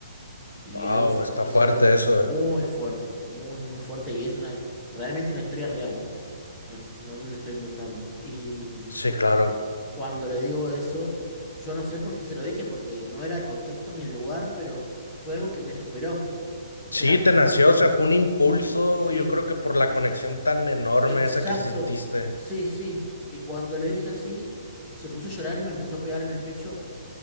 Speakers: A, in the centre; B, on the left.
A: Y
B: wow,
A: algo fu-
B: está
A: es
B: fuerte
A: algo
B: eso.
A: muy
B: eh.
A: fuerte, muy, muy fuerte. Y es una, realmente una historia real, ¿eh? No, no me lo estoy inventando. Y mm,
B: Sí, claro.
A: cuando le digo eso, yo no sé por qué se lo dije, porque no era el contexto ni el lugar, pero fue algo que me superó. O sea,
B: Sí, te nació, o sea, fue un impulso,
A: sí,
B: yo creo que por la conexión tan enorme
A: Exacto,
B: esa que sentiste.
A: sí, sí. Y cuando le dije así, se puso a llorar y me empezó a pegar en el pecho